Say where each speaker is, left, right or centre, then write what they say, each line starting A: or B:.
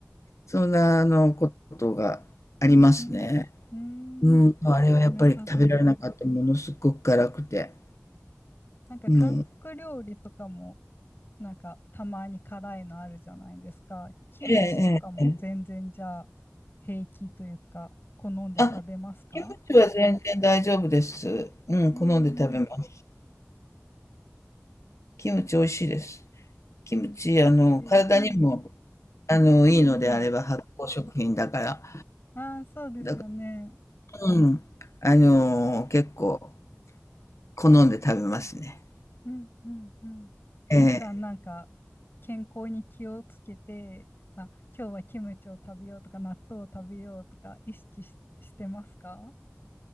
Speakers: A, on the left (about 80°); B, on the left (about 50°).
A: そんな、あの、ことがありますね。
B: うん、うん、うーん、
A: うん、あれはやっぱり食べられなかった、
B: なるほど。
A: ものすごく辛くて。
B: なんか韓国料理とかも
A: もう
B: なんかたまに辛いのあるじゃないですか。キムチとかも全然じゃあ平気というか好んで食べますか
A: ええええええ。あ、キムチは全然大丈夫です。うん、
B: うん
A: 好んで食べます。キムチ美味しいです。キムチ、
B: うん。キムチ、
A: あの、体にも、
B: うん。
A: あの、
B: うんうん。
A: いいのであれば発酵食品だから、
B: ああ、そうですよね。
A: だから、うん、あの、結構好んで食べますね。
B: うんうんうん。
A: ええ、
B: 普段なんか健康に気をつけて、あ、今日はキムチを食べようとか納豆を食べようとか意識し、してますか